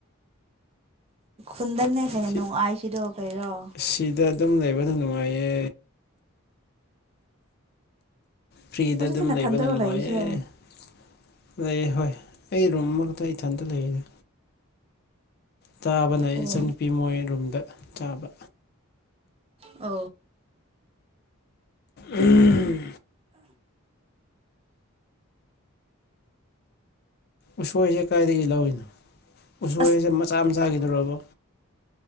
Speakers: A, on the right; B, on the left.
A: ꯈꯨꯟꯗꯟꯅ ꯍꯦꯟꯅ
B: ꯁꯤ
A: ꯅꯨꯡꯉꯥꯏꯁꯤꯗꯣ ꯀꯩꯔꯣ
B: ꯁꯤꯗ ꯑꯗꯨꯝ ꯂꯩꯕꯅ ꯅꯨꯡꯉꯥꯏꯌꯦ ꯐ꯭ꯔꯤꯗ
A: ꯍꯧꯖꯤꯛꯇꯤ
B: ꯑꯗꯨꯝ
A: ꯅꯊꯟꯇꯔꯣ
B: ꯂꯩꯕꯅ ꯅꯨꯡꯉꯥꯏꯌꯦ
A: ꯂꯩꯔꯤꯁꯦ
B: ꯑ ꯍꯣꯏ ꯑꯩ ꯔꯨꯝꯃꯛꯇ ꯏꯊꯟꯇ ꯂꯩꯔꯤꯔꯦ ꯆꯥꯕꯅ ꯑꯩ
A: ꯑꯣ
B: ꯏꯆꯟꯅꯨꯄꯤ ꯃꯣꯏ ꯔꯨꯝꯗ ꯆꯥꯕ
A: ꯑ
B: ꯎꯝ ꯎꯁꯣꯏꯁꯦ ꯀꯗꯥꯥꯏꯗꯒꯤ ꯂꯧꯔꯤꯅꯣ ꯎꯁꯣꯏꯁꯦ
A: ꯑꯁ
B: ꯃꯆꯥ ꯃꯆꯥꯥꯈꯤꯗꯧꯔꯕꯣ